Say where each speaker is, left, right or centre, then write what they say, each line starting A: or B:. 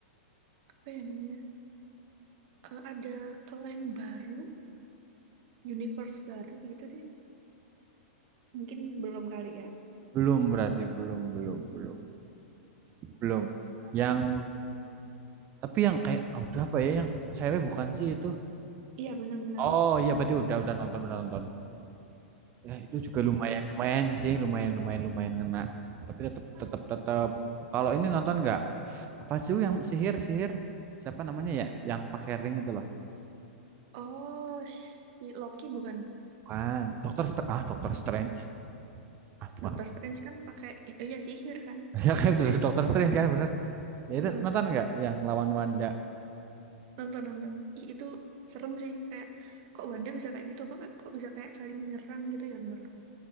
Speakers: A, on the right (about 45°); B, on the right (about 30°).
A: apa ya namanya? Eh, ada clan baru, universe baru gitu deh. Mungkin belum kali ya.
B: Belum berarti belum belum belum belum. Yang tapi yang kayak oh, udah apa ya yang cewek bukan sih itu?
A: Iya benar-benar.
B: Oh iya
A: Hmm.
B: berarti udah udah nonton udah nonton. Ya itu juga lumayan lumayan sih lumayan lumayan lumayan ngena. Tapi tetap tetap tetap kalau ini nonton nggak? apa sih yang sihir sihir siapa namanya ya yang pakai ring itu loh
A: Oh, si Loki bukan.
B: kan dokter Str- ah dokter Strange ah bukan
A: Doctor
B: <laughs>
A: Strange kan pakai, oh iya sihir kan,
B: ya kan
A: pakai
B: betul, dokter
A: sihir
B: Strange
A: waktu.
B: kan bener ya itu
A: Mm-mm.
B: nonton nggak yang lawan Wanda
A: Nonton nonton. Ih, itu serem sih. Kayak kok Wanda bisa kayak gitu? Kok kok bisa kayak saling menyerang gitu ya menurut gue.